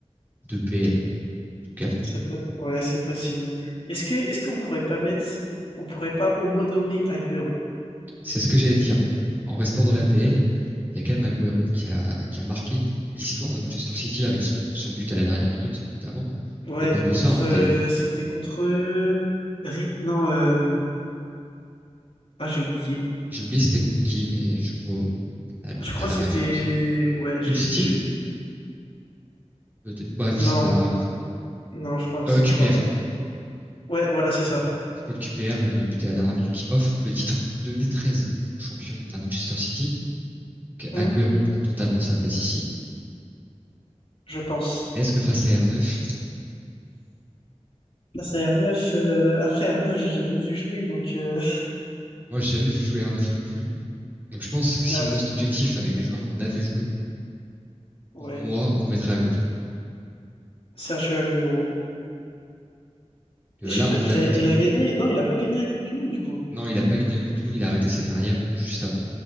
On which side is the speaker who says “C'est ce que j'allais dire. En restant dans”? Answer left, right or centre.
Right